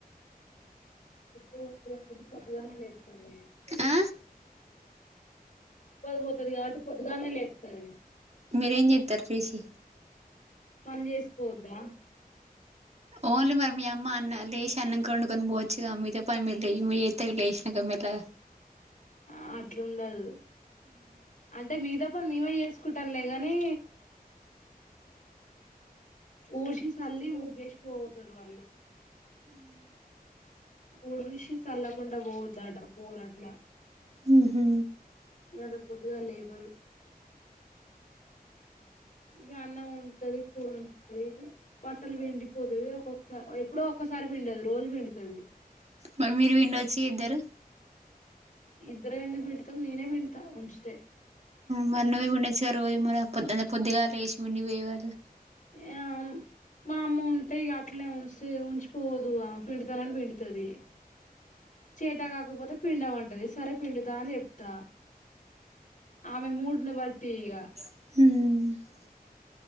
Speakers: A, on the left (about 60°); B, on the right (about 45°).
A: కొ పొద్దుగాలనే లేపుతంది
B: ఆ
A: పోతది కాబట్టి పొద్దుగాలనే లేపుతది
B: మీరేం చేతరు లేసి
A: పని చేసుకోవద్దా
B: ఓన్లీ మరి మీ అమ్మ అన్న లేచి అన్నం కొండుకొని పోవచ్చుగా మీతో పనిరు లే మీరు అయితే లేచినాకళ ఆ
A: ఆ అట్లుండదు అంటే మిగతాప్పని మేమే చేసుకుంటాంలే కానీ ఊడిషి చల్లి ముగ్గు కేష్ పోతరువాలి ఉడిసి చల్లకుండా పోద్దట పోరు అట్లా
B: ఉహు
A: గంత పొద్దుగాల లేబరు ఇక అన్నం వండుతది కూర వండుతది బట్టలు పిండిపోతది ఒక్కొక్కసారి ఎప్పుడో ఒకసారి సారి పిడుదు రోజు పిండుతుది
B: మరి మీరు విండొచ్చు ఇద్దరు
A: ఇద్దరం ఎందుకు పిండుతాం నేనే పిండుతా ఉంచితే
B: మరి నువ్వే పిండొచ్చు కదా సే రోజు మ పోద్గా లేసి పండి వయాలు
A: ఆ మా అమ్మ ఉంటే ఇక అట్లా ఉ ఉంచిపోదు పిండుతానని పిండుతుంది చేతా కాకపోతే పిండ మంటది సరే పిండుతా అని చెప్తా ఆమె మూడ్న బర్టి ఈగ
B: పోయేవాళ్ళు